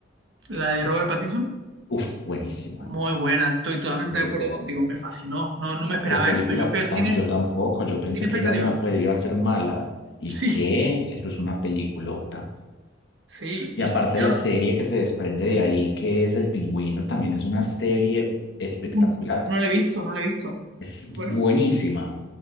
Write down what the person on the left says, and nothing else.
Uf, buenísima.
Muy
buena.
Qué película
tan... Yo tampoco, yo pensé
que era una, pues, iba a ser mala. ¿Y
qué? Eso es una peliculota.
Y aparte
la serie que se desprende de ahí, que es El Pingüino, también es una serie espectacular.
Es
buenísima.